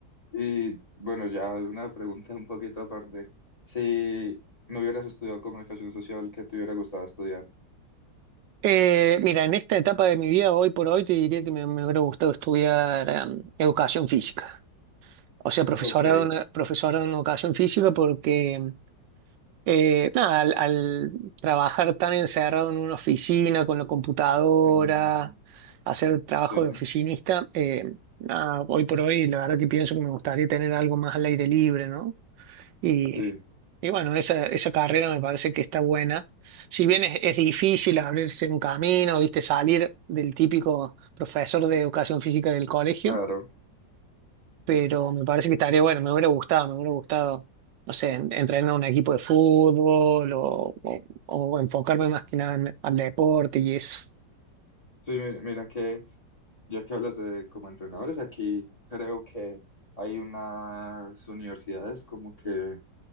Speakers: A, on the left; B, on the right.
A: Y bueno, ya una pregunta un poquito aparte. Si no hubieras estudiado comunicación social, ¿qué te hubiera gustado estudiar?
B: Eh, mira, en esta etapa de mi vida, hoy por hoy, te diría que me, me hubiera gustado estudiar em, educación física. O sea, profesorado
A: Ok.
B: en, profesorado en educación física porque, eh, nada, al, al trabajar tan encerrado en una oficina, con la computadora,
A: Mm,
B: hacer trabajo
A: sí,
B: de oficinista, eh, nada, hoy por hoy, la verdad que pienso que me gustaría tener algo más al aire libre, ¿no? Y,
A: sí,
B: y bueno, esa, esa carrera me parece que está buena. Si bien es, es difícil abrirse un camino, viste, salir del típico profesor de educación física del colegio,
A: claro.
B: pero me parece que estaría bueno, me hubiera gustado, me hubiera gustado, no sé, en- entrenar a un equipo de fútbol o, o- o enfocarme más que nada en- al deporte y eso.
A: Sí, mi- mira, que ya que hablas de como entrenadores, aquí creo que hay unas universidades como que